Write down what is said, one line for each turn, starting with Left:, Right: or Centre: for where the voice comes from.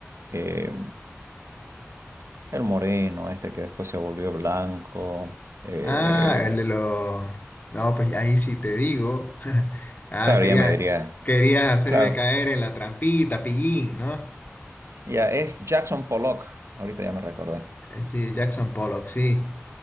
Right: eh, el moreno, este que después se volvió blanco. eh,
Left: Ah, el de los... No, pues ahí sí te digo. <laughs> Ah,
Right: Claro,
Left: querías,
Right: ya me diría.
Left: querías hacerme
Right: Claro,
Left: caer en la trampita, pillín, ¿no?
Right: ya es Jackson Pollock. Ahorita ya me recordé.
Left: Eh, Sí, Jackson Pollock, sí.